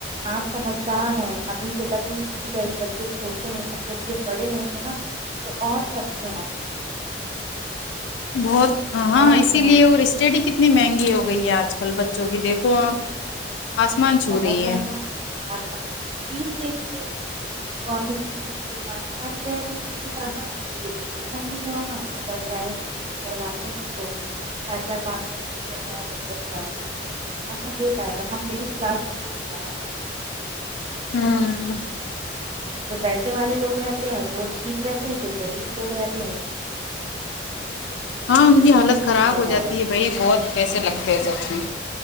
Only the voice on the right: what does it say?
آپ سمجھدار ہیں ابھی سے لگی چیز ہے بچے چھوٹے ہیں اب جب یہ بڑے ہوں گے نا تو اور خرچے ہیں
اور
جو ہے
بہت
زیادہ
اچا فیس دیکھیے گورورنمنٹ اسکول کوئی مانتا نہیں رہ گئی کوئی ایجوکیشن نہیں ہو رہا اگر پرویٹ اسکول میں کرواتے ہیں تو چار چار پانچ پچ چھ چھ ہزار ڈولب فیس ہے کہاں دے پائے گا ہم میڈل کلاس لوگوں کی ضرورت ہے
جو پیسے والے لوگ رہتے ہیں وہ ٹھیک رہتے ہیں جو غریب لوگ رہتے ہیں وہھ
لوگ
تو
مرے
جا
رہے ہیں